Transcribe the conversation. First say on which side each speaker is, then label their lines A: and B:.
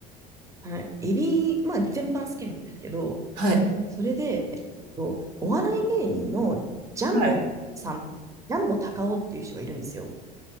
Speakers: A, on the right (about 15°); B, on the right (about 80°).
A: はい。エビ、まあ、全般好きなんですけど、
B: はい。
A: それで、えっと、お笑い芸人のジャンボさん、
B: はい。
A: ジャンボ高尾っていう人がいるんですよ。